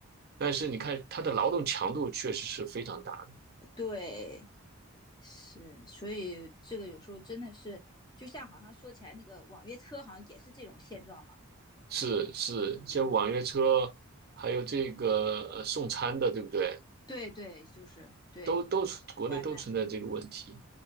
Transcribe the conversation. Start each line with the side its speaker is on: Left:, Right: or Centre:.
Right: 但是你看他的劳动强度确实是非常大的。
Left: 对，是，所以这个有时候真的是，就像好像说起来那个网约车，好像也是这种现状嘛。
Right: 是是，
Left: 嗯，
Right: 像网约车，还有这个呃送餐的，对不对？
Left: 对对，就是对，
Right: 都都国内都存在这个问题。
Left: 外卖。